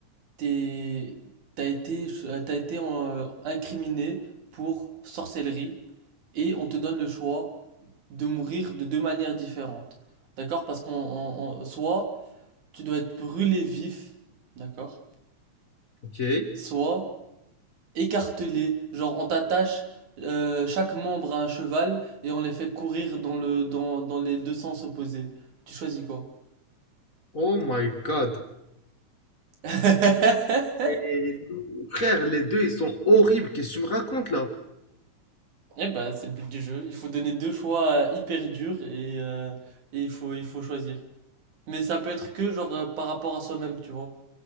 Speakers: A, on the right; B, on the left.
A: t'es, t'as été, euh, t'as été euh, incriminé pour sorcellerie et on te donne le choix de mourir de deux manières différentes. D'accord? Parce qu'on, on- on- soit tu dois être brûlé vif, d'accord?
B: ok.
A: Soit écartelé, genre on t'attache euh, chaque membre à un cheval et on les fait courir dans le, dans, dans les deux sens opposés. Tu choisis quoi?
B: Oh my god.
A: <laughs>
B: Et, frère, les deux ils sont horribles, qu'est-ce que tu me racontes là?
A: Eh ben, c'est le but du jeu. Il faut donner deux choix euh, hyper durs et, euh, et il faut, il faut choisir. Mais ça peut être que genre euh, par rapport à soi-même, tu vois.